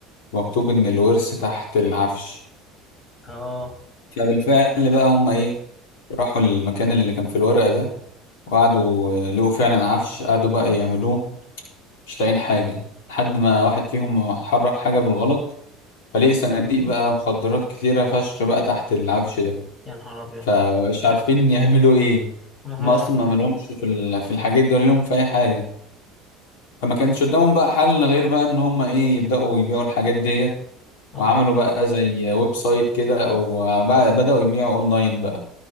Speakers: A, on the left; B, on the left.
A: ومكتوب إن الورث تحت العفش
B: اه
A: فبالفعل بقى هم إيه راحوا للمكان اللي كان في الورقة ده وقعدوا آه، لقوا فعلا عفش قعدوا بقى يعملوه مش لاقيين حاجة لحد ما واحد فيهم حرك حاجة بالغلط فلقي صناديق بقى مخدرات كتيرة فشخ بقى تحت العفش ده
B: يا نهار ابيض
A: فمش عارفين يعملوا ايه
B: اه
A: هم اصلا ما مالهمش في ال- في الحاجات دي ولا لهم في اي حاجه فما كانش قدامهم بقى حل غير بقى ان هم ايه يبداوا يبيعوا الحاجات ديت
B: اه
A: وعملوا بقى زي ويب سايت كده او بقى- بداوا يبيعوا اونلاين بقى